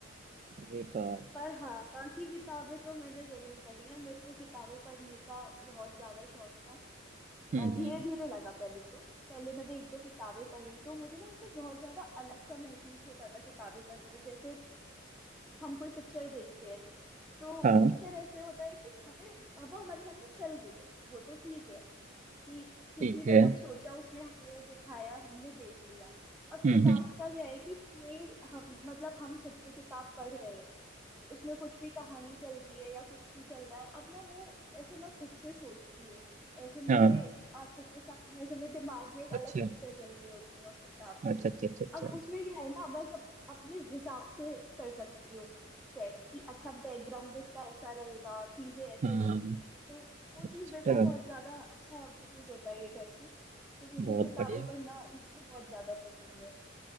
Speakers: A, on the right (about 35°); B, in the centre.
A: अरे बाप
B: पर हाँ बाकी किताबें तो मैंने जरूर पढ़ी हैं मेरे को किताबें पढ़ने का बहुत ज्यादा शौक था
A: हम्म
B: धीरे
A: हम्म
B: धीरे लगा पहले तो पहले मैंने एक दो किताबें पढ़ी तो मुझे ना इसे बहुत ज्यादा अलग सा महसूस होता था किताबें पढ़ के जैसे हम कोई पिक्चर देखते हैं तो
A: हाँ
B: पिक्चर ऐसे होता है कि हमें वो हमारे सामने चल रही है वो तो ठीक है कि किसी
A: ठीक
B: ने
A: है
B: कुछ सोचा उसने हमें वो दिखाया हमने देख लिया अब
A: हम्म
B: किताब
A: हम्म
B: का क्या है कि कोई हम मतलब हम खुद से किताब पढ़ रहे हैं उसमें कुछ भी कहानी चल रही है या कुछ भी चल रहा है अब ना वो ऐसे मैं खुद से सोचती हूँ ऐसे
A: हाँ
B: मेरे आंखों के सामने ऐसे मेरे दिमाग में एक
A: अच्छा
B: अलग पिक्चर चल रही होती है उस किताब
A: अच्छा
B: की
A: अच्छा अच्छा अच्छा
B: अब उसमें क्या है ना मैं सब कुछ अपने हिसाब से कर सकती हूँ सेट कि अच्छा बैकग्राउंड इसका ऐसा रहेगा चीजें ऐसे
A: हाँ
B: होंगी
A: हाँ।
B: तो वो
A: अच्छा
B: चीज मेरे को बहुत ज्यादा अच्छा महसूस होता है ये करके तो मुझे
A: बहुत
B: किताबें
A: बढ़िया
B: पढ़ना इसलिए बहुत ज्यादा पसंद है